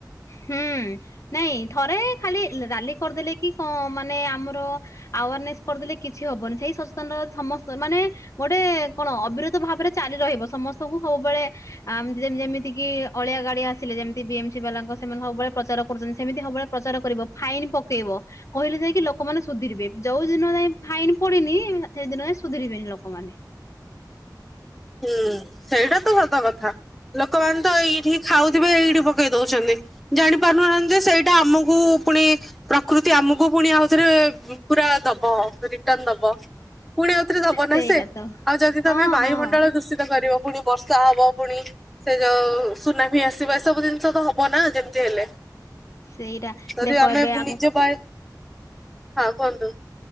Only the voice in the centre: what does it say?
ହୁଁ ସେଇଟା ତ ସତ କଥା ଲୋକମାନେ ତ ଏଇଠି ଖାଉଥିବେ ଏଇଠି ପକେଇ ଦଉଛନ୍ତି। ଜାଣି ପାରୁନାହାନ୍ତି ସେଇଟା ଆମକୁ ପୁଣି ପ୍ରକୃତି ଆମକୁ ପୁଣି ଆଉଥରେ ବ ପୁରା ଦବ ରିଟର୍ଣ ଦବ। ବ ପୁଣି ଆଉଥରେ ଦବ
ନା ସେ
ଆଉ ଯଦି ତମେ
ବାୟୁମଣ୍ଡଳ
ଦୂଷିତ କରିବ ପୁଣି ବର୍ଷା ହବ ପୁଣି ସେ ଯୋଉ ସୁନାମି ଆସିବ ଏ ସବୁ ଜିନିଷ ତ ହବ ନା ଯେମିତି ହେଲେ।
ଯଦି
ଆମେ
ନିଜ ବାଣୁ ହଁ କୁହନ୍ତୁ?